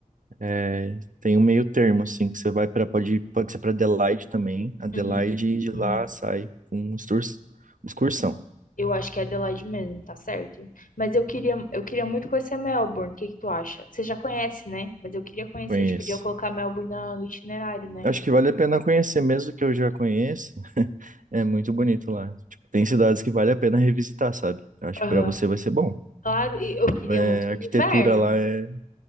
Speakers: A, on the right; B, on the left.
A: É, tem um meio termo, assim, que você vai para pode, pode ser para Adelaide também, Adelaide,
B: Uhum,
A: e de lá
B: uhum.
A: sai com exturs- excursão.
B: Eu acho que é Adelaide mesmo, tá certo? Mas eu queria, eu queria muito conhecer Melbourne, o que que tu acha? Você já conhece, né? Mas eu queria conhecer,
A: Conheço.
B: tipo, podia colocar Melbourne na- no itinerário, né?
A: Acho que vale a pena conhecer, mesmo que eu já conheça. <laughs> É muito bonito lá. Tipo, tem cidades que vale a pena revisitar, sabe? Eu acho
B: Aham.
A: que para você vai ser bom.
B: Claro, e eu queria
A: É,
B: muito
A: a
B: no
A: arquitetura
B: inverno.
A: lá é